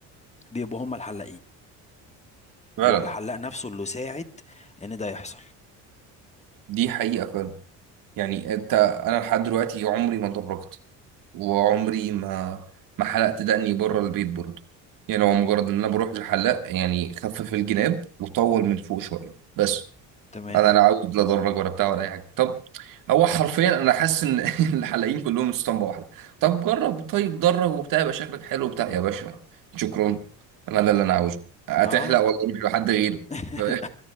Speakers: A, on the left (about 20°); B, on the right (about 65°).
A: بيبقوا هم الحلاقين
B: فعلا
A: هو الحلاق نفسه اللي ساعد ان ده يحصل
B: دي حقيقة فعلا يعني انت انا لحد دلوقتي عمري ما اتدرجت وعمري ما ما حلقت دقني بره البيت برضه يعني
A: مم.
B: هو مجرد ان انا بروح للحلاق يعني خفف الجناب وطول من فوق شويه بس
A: تمام
B: انا لا عاوز لا ادرج ولا بتاع ولا اي حاجه طب هو حرفيا انا حاسس ان <laughs> الحلاقين كلهم اسطمبه واحده طب جرب طيب درج وبتاع يبقى شكلك حلو وبتاع يا باشا شكرا انا ده اللي انا عاوزه هتحلق
A: اه
B: ولا اروح لحد غيرك
A: <laughs>
B: ف-